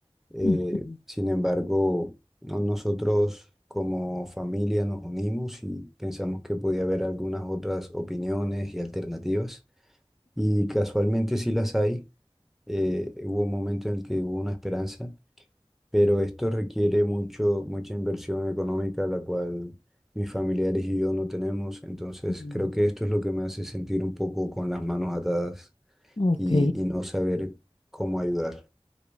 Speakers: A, in the centre; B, on the left.
A: Eh,
B: Ujú,
A: sin embargo, no- nosotros como familia nos unimos y pensamos que podía haber algunas otras opiniones y alternativas. Y casualmente sí las hay. Eh, hubo un momento en el que hubo una esperanza pero esto requiere mucho, mucha inversión económica, la cual mis familiares y yo no tenemos. Entonces,
B: ujú.
A: creo que esto es lo que me hace sentir un poco con las manos atadas
B: Ok,
A: y, y no saber cómo ayudar.